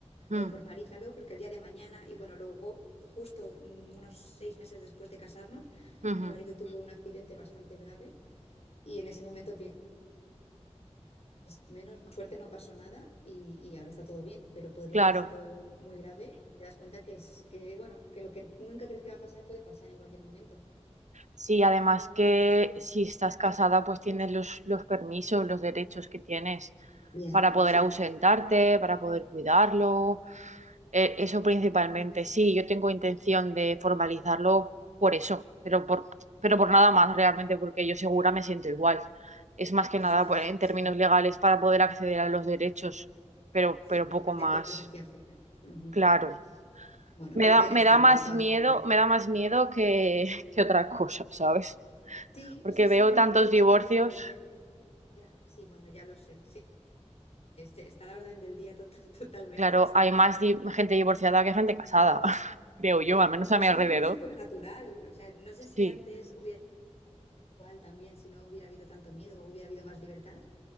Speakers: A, on the right; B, on the left.
A: mm,
B: eh, formalízalo porque el día de mañana, y bueno, luego justo mm, unos seis meses después de casarnos,
A: ujú,
B: mi marido tuvo un accidente bastante grave y en ese momento piensas, menos mal, suerte no pasó nada y, y ahora está todo bien, pero podría
A: claro.
B: haber sido muy grave. Te das cuenta que es que, bueno, que lo que nunca crees que va a pasar puede pasar en cualquier momento.
A: Sí, además que si estás casada, pues tienes los, los permisos, los derechos que tienes
B: Bien,
A: para poder
B: sí.
A: ausentarte, para poder cuidarlo, Eh, Eso principalmente, sí, yo tengo intención de formalizarlo por eso, pero por, pero por nada más realmente, porque yo segura me siento igual. Es más que
B: Eso
A: nada
B: es,
A: pues, en
B: sí,
A: términos legales para poder acceder a los derechos, pero,
B: sí,
A: pero poco
B: es más
A: más,
B: de puertas hacia afuera. Ujú.
A: claro.
B: Bueno,
A: Me
B: pero
A: da,
B: tienes
A: me da
B: tiempo
A: más
B: de todas
A: miedo,
B: formas.
A: me da más miedo que, <laughs> que otra cosa, ¿sabes?
B: Sí,
A: Porque
B: sí, sí,
A: veo
B: bueno,
A: tantos
B: muchas
A: divorcios,
B: veces nos vuelve el miedo. Ya, sí, bueno, ya lo sé, sí. Este, está a la orden del día to- <laughs> totalmente
A: claro,
B: esto,
A: hay
B: ¿eh?
A: más di- gente divorciada que gente casada, <laughs> creo yo,
B: Sí,
A: al menos
B: pero
A: a mi
B: es
A: alrededor.
B: algo como supernatural. O sea, no sé si
A: Sí.
B: antes hubiera igual también, si no hubiera habido tanto miedo, hubiera habido más libertad,